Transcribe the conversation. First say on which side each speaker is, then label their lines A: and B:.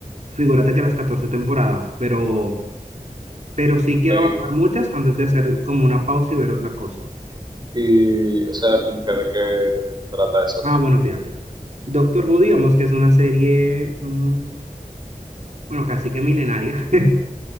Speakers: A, on the right; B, on the right.
A: figúrate que las 14 temporadas, pero, pero sí quiero
B: ok.
A: avanzar muchas antes de hacer como una pausa y ver otra cosa.
B: Y, o sea, como que de qué, de qué trata eso.
A: Ah, bueno, fíjate. Doctor Who, digamos que es una serie, mm, bueno, casi que milenaria. <laughs>